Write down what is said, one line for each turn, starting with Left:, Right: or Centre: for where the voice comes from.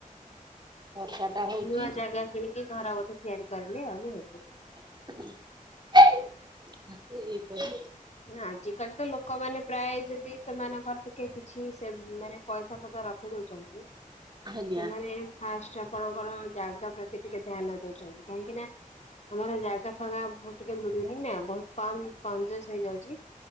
Right: ବର୍ଷା ଟା ହଉଛି
Left: ନୂଆ ଜାଗା କିଣିକି ଘର ବୋଧେ ତିଆରି କରିଲେ ଆଉ ହେଇଛି।
Right: <unintelligible>
Left: ଆଜ କାଲି ତ ଲୋକମାନୋନ ପ୍ରାୟ ଯଦି ସେମାନଙ୍କର ଟିକେ କିଛି ସେ ମାନେ ପଇସା ପତ ରଖି ଦଉଛନ୍ତି
Right: ଆଜ୍ଞା
Left: ସେମାନେ ଫାଷ୍ଟ ଆପଣଙ୍କର ଜାଗା ପ୍ରତି ଟିକେ ଧ୍ୟାନ ଦଉଛନ୍ତି କାହିଁକି ନା ଆମର ଜାଗା ଫାଗା ମୁ ଟିକେ ମିଳୁନି ନା ବହୁତ କନଜେଶ୍ ହେଇଯାଉଛି,